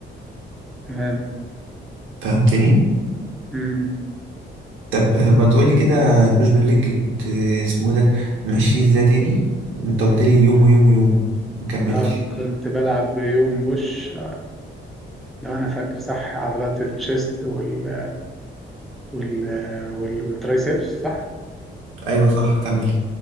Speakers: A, in the centre; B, on the right (about 80°).
A: تمام
B: فهمتني؟
A: امم
B: طب ما تقولي كده البوش بالليج كنت اسمه إيه ده ماشي ازاي تاني؟ أنت قلت لي يوم ويوم ويوم مكملتش
A: اه كنت بلعب يوم بوش لو انا فاكر صح عضلات الشيست وال وال وال والترايسبس صح
B: أيوة صح كمل